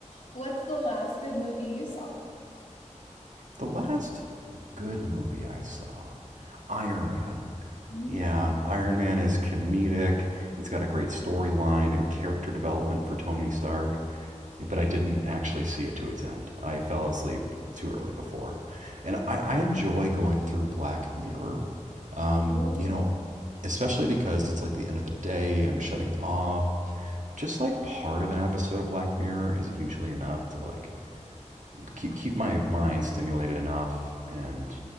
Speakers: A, on the left (about 70°); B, on the right (about 85°).
A: What's the last good movie you saw?
B: The last good movie I saw, Iron Man.
A: Mm.
B: Yeah, Iron Man is comedic. It's got a great storyline and character development for Tony Stark. but I didn't actually see it to its end. I fell asleep too early before, and I, I enjoy going through Black Mirror. Um,
A: Oh,
B: you
A: yeah.
B: know, especially because it's like the end of the day. I'm shutting off. Just like part of an episode of Black Mirror is usually enough to like keep keep my mind stimulated enough and